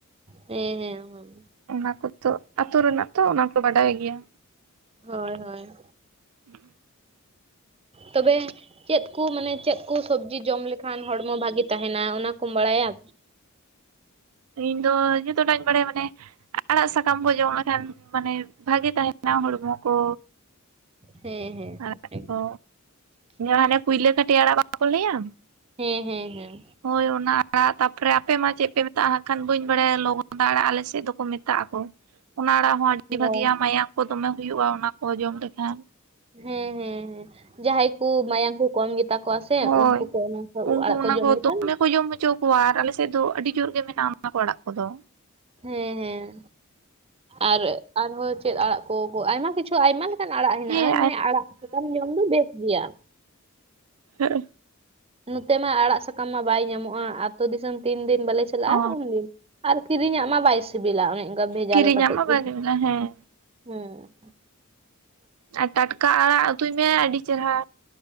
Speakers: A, on the right; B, on the right.
A: ᱦᱮᱸ ᱦᱮᱸ ᱦᱚᱸ
B: ᱚᱱᱟ ᱠᱚᱛᱚ ᱟᱹᱛᱳ ᱨᱮᱱᱟᱜ ᱛᱚ ᱚᱱᱟᱠᱚ ᱵᱟᱰᱟᱭ ᱜᱮᱭᱟ
A: ᱦᱳᱭ ᱦᱳᱭ
B: <inaudible>
A: ᱛᱚᱵᱮ ᱪᱮᱫ ᱠᱚ ᱢᱟᱱᱮ ᱪᱮᱫ ᱠᱚ ᱥᱚᱵᱽᱡᱤ ᱡᱚᱢ ᱞᱮᱠᱷᱟᱱ ᱦᱚᱲᱢᱚ ᱵᱷᱟᱹᱜᱤ ᱛᱟᱦᱮᱱᱟ ᱚᱱᱟ ᱠᱚᱢ ᱵᱟᱲᱟᱭᱟ
B: ᱤᱧ ᱫᱚ ᱡᱚᱛᱚᱴᱟᱜ ᱤᱧ ᱵᱟᱲᱟᱭᱟ ᱢᱟᱱᱮ ᱟᱲᱟᱜ ᱥᱟᱠᱟᱢ ᱠᱚ ᱡᱚᱢ ᱞᱮᱠᱷᱟᱱ ᱢᱟᱱᱮ ᱵᱷᱟᱹᱜᱤ ᱛᱟᱦᱮᱱᱟ ᱦᱚᱲᱢᱚ ᱠᱚ
A: ᱦᱮᱸ ᱦᱮᱸ
B: ᱟᱲᱟᱜ
A: ᱦᱮᱸ
B: ᱠᱚ ᱦᱟᱱᱮ ᱯᱩᱭᱞᱟᱹ ᱠᱟᱹᱴᱤᱡ ᱟᱲᱟᱜ ᱵᱟᱠᱚ ᱞᱟᱹᱭᱟ
A: ᱦᱮᱸ ᱦᱮᱸ ᱦᱮᱸᱻ
B: ᱦᱳᱭ ᱚᱱᱟ ᱟᱲᱟᱜ ᱛᱟᱯᱚᱨᱮ ᱟᱯᱮ ᱢᱟ ᱪᱮᱫ ᱯᱮ ᱢᱮᱛᱟᱜᱼᱟ ᱦᱟᱸᱜ ᱠᱷᱟᱱ ᱵᱟᱹᱧ ᱵᱟᱲᱟᱭᱟ ᱞᱚᱜᱚᱱᱟ ᱟᱲᱟᱜ ᱟᱞᱮ ᱥᱮᱫ ᱫᱚᱠᱚ ᱢᱮᱛᱟᱜᱼᱟ ᱠᱚ ᱚᱱᱟ ᱟᱲᱟᱜ ᱦᱚᱸ ᱟᱹᱰᱤ
A: ᱦᱮᱸ
B: ᱵᱷᱟᱹᱜᱤᱭᱟ ᱢᱟᱭᱟᱝ ᱠᱚ ᱫᱚᱢᱮ ᱦᱩᱭᱩᱜᱼᱟ ᱚᱱᱟ ᱠᱚ ᱡᱚᱢ ᱞᱮᱠᱷᱟᱱ
A: ᱦᱮᱸ ᱦᱮᱸ ᱦᱮᱸ ᱡᱟᱦᱟᱭ ᱠᱩ ᱢᱟᱭᱟᱝ ᱠᱚ ᱠᱚᱢ ᱜᱮᱛᱟᱠᱚᱣᱟ ᱥᱮ
B: ᱦᱳᱭ᱾
A: ᱩᱱᱠᱩ ᱠᱚ ᱮᱢᱟ ᱠᱚᱣᱟ
B: ᱩᱱᱠᱩ
A: ᱟᱲᱟᱜ ᱠᱚ
B: ᱚᱱᱟ
A: ᱡᱚᱢ ᱞᱮᱠᱷᱟᱱ
B: ᱫᱚᱢᱮ ᱠᱚ ᱡᱚᱢ ᱦᱚᱪᱚ ᱠᱚᱣᱟ ᱟᱨ ᱟᱞᱮ ᱥᱮᱫ ᱫᱚ ᱟᱹᱰᱤ ᱡᱳᱨ ᱜᱮ ᱢᱮᱱᱟᱜᱼᱟ ᱚᱱᱟ ᱠᱚ ᱟᱲᱟᱜ ᱠᱚᱫᱚ
A: ᱦᱮᱸ ᱦᱮᱸ ᱟᱨ ᱟᱨᱦᱚᱸ ᱪᱮᱫ ᱟᱲᱟᱜ ᱠᱚ <unintelligible> ᱟᱭᱢᱟ ᱠᱤᱪᱷᱩ ᱟᱭᱢᱟ ᱞᱮᱠᱟᱱ ᱟᱲᱟᱜ ᱦᱮᱱᱟᱜᱼᱟ
B: ᱦᱮᱸ
A: ᱢᱟᱱᱮ ᱟᱲᱟᱜ ᱥᱟᱠᱟᱢ ᱡᱚᱢ ᱫᱚ ᱵᱮᱥ ᱜᱮᱭᱟ
B: ᱦᱮᱸᱜᱼᱮᱻ
A: ᱱᱚᱛᱮ ᱢᱟ ᱟᱲᱟᱜ ᱥᱟᱠᱟᱢ ᱢᱟ ᱵᱟᱭ ᱧᱟᱢᱚᱜᱼᱟ ᱟᱹᱛᱳ ᱫᱤᱥᱚᱢ ᱛᱤᱱ ᱫᱤᱱ ᱵᱟᱞᱮ ᱪᱟᱞᱟᱜᱼᱟ
B: ᱚ
A: ᱩᱱᱫᱤᱱ ᱟᱨ ᱠᱤᱨᱤᱧᱟᱜ ᱢᱟ ᱵᱟᱭ ᱥᱤᱵᱤᱞᱟ ᱚᱱᱮ ᱚᱱᱠᱟ <unintelligible>
B: ᱠᱤᱨᱤᱧᱟᱜ
A: ᱠᱟᱛᱮᱫ
B: ᱢᱟ
A: ᱠᱚ
B: ᱵᱟᱞᱮ ᱢᱮᱱᱟ ᱦᱮᱸ᱾
A: ᱦᱩᱸᱻ
B: ᱟᱨ ᱴᱟᱴᱠᱟ ᱟᱲᱟᱜ ᱩᱛᱩᱭ ᱢᱮ ᱟᱹᱰᱤ ᱪᱮᱨᱦᱟ